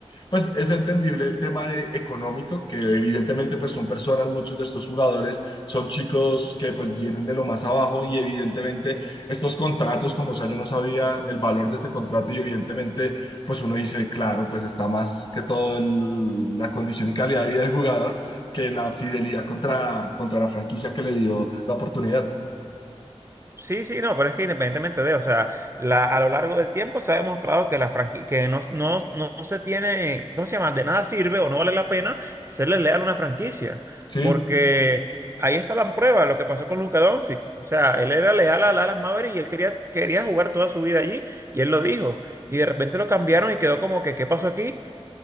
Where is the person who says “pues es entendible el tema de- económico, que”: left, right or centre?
Left